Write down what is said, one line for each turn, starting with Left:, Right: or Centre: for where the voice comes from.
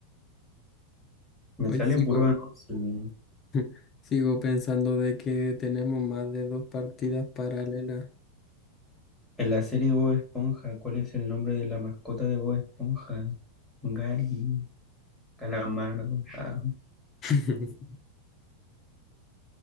Centre: me
Left: Hoy
Centre: salen
Left: sigo,
Centre: puro anuncios.
Left: <laughs> sigo pensando de que tenemos más de dos partidas paralelas.
Centre: En la serie de Bob Esponja, ¿cuál es el nombre de la mascota de Bob Esponja? Gary, Calamardo, ah,
Left: <laughs>